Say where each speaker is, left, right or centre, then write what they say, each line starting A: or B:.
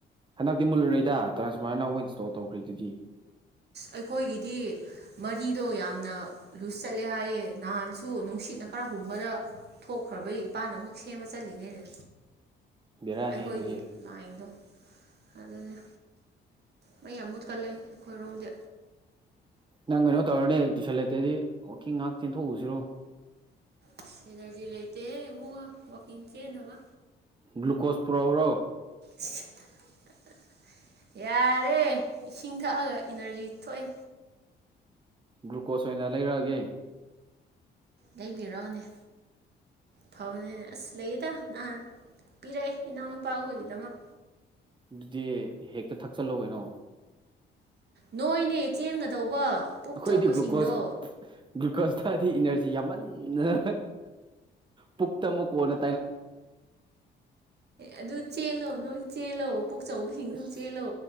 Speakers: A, on the right; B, on the right.
A: ꯍꯟꯛꯇꯤꯂꯨꯔꯣꯏꯏꯗ ꯇꯥꯟꯐꯥꯔꯅꯧꯕ ꯏꯟꯁꯇꯜꯈꯔꯤꯗꯨꯗꯤ
B: ꯑꯩꯈꯣꯏꯒꯤꯗꯤ ꯃꯔꯤꯗꯣ ꯌꯥꯝꯅ ꯂꯨꯁ ꯆꯠꯂꯦ ꯍꯥꯏꯌꯦ ꯅꯍꯥꯟꯁꯨ ꯅꯨꯡꯁꯤꯠꯅ ꯈꯔ ꯍꯨꯝꯕꯗ ꯊꯣꯛꯈ꯭ꯔꯕꯒꯤ ꯏꯄꯥꯥꯟꯅ ꯑꯃꯨꯛ ꯁꯦꯝꯕ ꯆꯠꯂꯤꯅꯦꯅꯦ
A: ꯕꯦꯔꯥꯅꯤ
B: ꯑꯩꯈꯣꯏꯒꯤ
A: ꯑꯗꯨꯗꯤ
B: ꯂꯥꯏꯟꯗꯣ ꯑꯗꯨꯅ ꯃꯩ ꯌꯥꯝ ꯃꯨꯠꯀꯜꯂꯦ ꯑꯩꯈꯣꯏꯔꯣꯝꯗꯤ
A: ꯅꯪ ꯀꯩꯅꯣ ꯇꯧꯔꯅꯦ ꯇꯨꯏꯁꯟ ꯂꯩꯇ꯭ꯔꯗꯤ ꯋꯥꯋꯀꯤꯡ ꯉꯥꯏꯍꯥꯛ ꯆꯦꯟꯊꯣꯛꯎꯁꯤꯔꯣ
B: ꯑꯦꯅꯔꯖꯤ ꯂꯩꯇꯦꯍꯦꯕꯨꯡꯉꯣ ꯋꯥꯛꯀꯤꯡ ꯆꯦꯕ
A: ꯒ꯭ꯂꯨꯀꯣꯁ ꯄꯨꯔꯛꯎꯔꯣ
B: ꯑꯣ ꯌꯥꯔꯦ ꯏꯁꯤꯡ ꯊꯛꯑꯒ ꯏꯅꯔꯖꯤ ꯊꯣꯛꯑꯦ
A: ꯒ꯭ꯂꯨꯀꯣꯁ ꯑꯣꯏꯅ ꯂꯩꯔꯛꯑꯒꯦ
B: ꯂꯩꯕꯤꯔꯛꯅꯦ ꯐꯥꯎꯅꯤꯅꯦ ꯑꯁ ꯂꯩꯌꯦꯗ ꯅꯍꯥꯟ ꯄꯤꯔꯛꯑꯦ ꯏꯅꯥꯎ ꯃꯄꯥ ꯍꯣꯏꯒꯤꯗꯃꯛ
A: ꯑꯗꯨꯗꯤ ꯍꯦꯛꯇ ꯊꯛꯆꯜꯍꯣꯕꯩꯅꯣ
B: ꯅꯣꯏꯅꯦ ꯆꯦꯟꯒꯗꯧꯕ ꯄꯨꯛ
A: ꯑꯩꯈꯣꯏꯗꯤ
B: ꯆꯥꯎꯕꯁꯤꯡꯗꯣ
A: ꯒ꯭ꯂꯨꯀꯣꯁ ꯒ꯭ꯂꯨꯀꯣꯁꯇꯗꯤ ꯏꯅꯔꯖꯤ ꯌꯥꯝꯃꯠ ꯎ ꯄꯨꯈꯇꯃꯨ ꯀꯅ
B: ꯑꯗꯨ ꯆꯦꯜꯂꯣ ꯅꯣꯏ ꯆꯦꯜꯂꯣ ꯄꯨꯣꯛꯆꯧꯕꯁꯤꯡꯗꯧ
A: ꯑꯁ
B: ꯆꯦꯜꯂꯣ